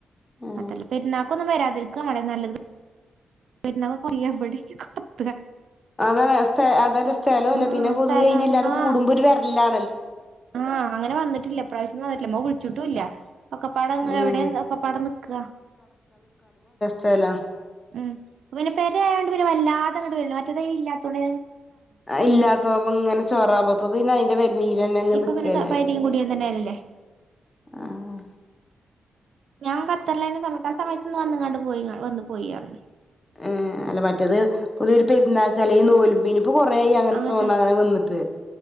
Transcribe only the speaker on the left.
ഏ
അതാണ് എസ്റ്റേ അത സ്ഥലമല്ലേ
പിന്ന പൊതുവെ
അതിനെല്ലാരും
കൂടുമ്പോ ഒരു വരലാ
ഉം
ചെല
ഇല്ലാത്തതാകുമ്പോ ഇങ്ങനെ ചോറാമ്പോപ്പ പിന്നെ അതിന്റെ പരിണീൽന്നെ തന്നെ അങ്ങ്
നിക്കല്ലേ
ആഹ
ഏഹ് അല്ല
മറ്റേത് പുതിയൊരു പെരുന്നാക്ക് അല്ലേ ഈ നൂല് പിന്നയിപ്പൊ കൊറ ആയി അങ്ങനെ
തോന്ന അങ്ങനെ വന്നിട്ട്